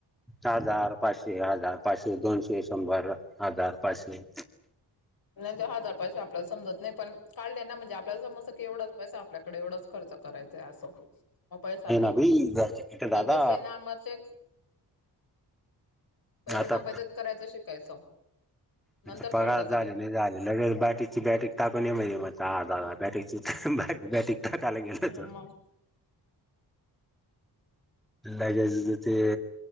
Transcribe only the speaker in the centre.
हजार, पाचशे, हजार, पाचशे, दोनशे, शंभर, हजार, पाचशे
ना बाई
घरचे किट दादा
आता
म्हणजे
पगार
झाले नाही झालेलं रे बॅटरीची बॅटरी टाकू ये म्हणे. म्हटल हा दादा बॅटरीची बॅट बॅटरी टाकायला गेलो
होतो.
लगेच ते